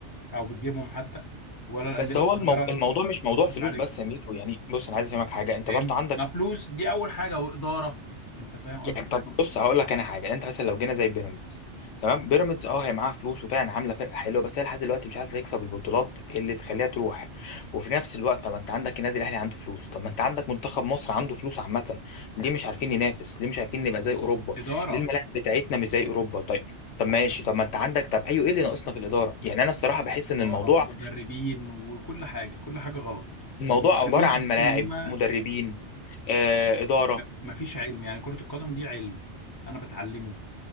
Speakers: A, on the left; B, on the left.
A: او بتجيبهم حتى ولا الانديه
B: بس
A: الصغيره
B: هو المو... الموضوع مش
A: بتصرف
B: موضوع فلوس
A: عليهم
B: بس يا ميتو يعني بص انا عايز افهمك حاجه انت
A: فاهم
B: برضه عندك
A: ما فلوس دي اول حاجه واداره انت فاهم
B: يعني
A: قصدي
B: طب بص هقول لك انا حاجه انت مثلا لو جينا زي بيراميدز تمام بيراميدز اه هي معاها فلوس وفعلا عامله فرقه حلوه بس هي لحد دلوقتي مش عارفه تكسب البطولات اللي تخليها تروح وفي نفس الوقت طب ما انت عندك النادي الاهلي عنده فلوس طب ما انت عندك منتخب مصر عنده فلوس عامه ليه مش عارفين ننافس ليه مش عارفين نبقى زي اوروبا
A: اداره
B: ليه الملاعب بتاعتنا مش زي اوروبا طيب طب ماشي طب ما انت عندك طب ايوه ايه اللي ناقصنا في الاداره يعني انا الصراحه بحس ان
A: اداره
B: الموضوع
A: ومدربين وكل حاجه كل حاجه غلط
B: الموضوع
A: المدربين
B: عباره عن
A: تحس
B: ملاعب
A: ان هم
B: مدربين آه اداره
A: ما فيش علم يعني كرة القدم دي علم انا بتعلمه